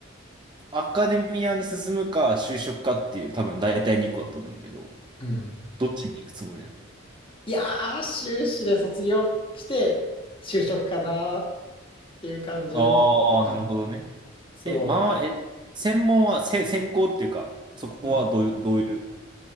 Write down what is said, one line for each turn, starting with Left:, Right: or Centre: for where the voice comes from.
Right: アカデミアに進むか、就職かっていう、多分大体2個だと思うんだけど、
Left: う。うん。
Right: どっちに行くつもりなの
Left: いやー、修士で卒業して、就職かなっていう感じ。
Right: ああー、
Left: うん
Right: なるほどね。
Left: そ
Right: え、まあ、え、専門は、せ、専攻っていうか、そこはどういう、
Left: う。うん。
Right: どういう